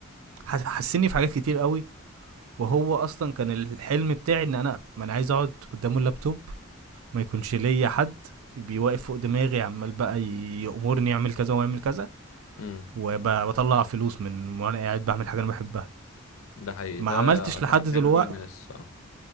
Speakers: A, on the right (about 80°); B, on the left (about 80°).
A: ح- حسني في حاجات كتير قوي وهو اصلا كان الحلم بتاعي ان انا ما انا عايز اقعد قدام اللابتوب ما يكونش ليا حد بيوقف فوق دماغي عمال بقى يأمرني اعمل كذا واعمل كذا
B: امم
A: وبطلع فلوس من وانا قاعد بعمل حاجه انا بحبها
B: ده حقيقي
A: ما
B: ده
A: عملتش
B: اعتقد
A: لحد
B: حلم
A: دلوقتي
B: كل الناس اه